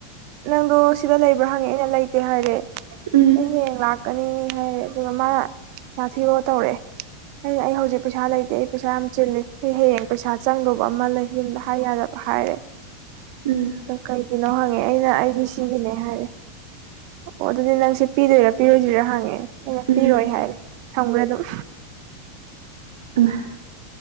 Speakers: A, on the right; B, on the right.
A: ꯅꯪꯗꯣ ꯁꯤꯗ ꯂꯩꯕ꯭ꯔꯣ ꯍꯪꯉꯦ ꯑꯩꯅ ꯂꯩꯇꯦ ꯍꯥꯏꯔꯦ
B: ꯎꯝ
A: ꯑꯩ ꯍꯌꯦꯡ ꯂꯥꯛꯀꯅꯤ ꯍꯥꯏꯔꯦ ꯑꯗꯨꯒ ꯃꯥ ꯁꯥꯊꯤꯔꯣ ꯇꯧꯔꯛꯑꯦ ꯑꯩꯅ ꯑꯩ ꯍꯧꯖꯤꯛ ꯄꯩꯁꯥ ꯂꯩꯇꯦ ꯑꯩ ꯄꯩꯁꯥ ꯌꯥꯝ ꯆꯤꯜꯂꯤ ꯑꯩ ꯍꯌꯦꯡ ꯄꯩꯁꯥ ꯆꯪꯗꯧꯕ ꯑꯃ ꯂꯩ ꯌꯨꯝꯗ ꯍꯥꯏ ꯌꯥꯗꯕ ꯍꯥꯏꯔꯦ
B: ꯎꯝ
A: ꯑꯗꯣ ꯀꯩꯒꯤꯅꯣ ꯍꯪꯉꯦ ꯑꯩꯅ ꯑꯩꯒꯤ ꯁꯤꯒꯤꯅꯦ ꯍꯥꯏꯔꯦ ꯑꯣ ꯑꯗꯨꯗꯤ ꯅꯪꯁꯦ ꯄꯤꯗꯣꯏꯔꯥ ꯄꯤꯔꯣꯏꯗꯣꯏꯔꯥ ꯍꯪꯉꯦ ꯑꯩꯅ
B: ꯎꯝ
A: ꯄꯤꯔꯣꯏ ꯍꯥꯏꯔꯦ ꯊꯝꯈ꯭ꯔꯦ ꯑꯗꯨꯝ
B: ꯑꯃ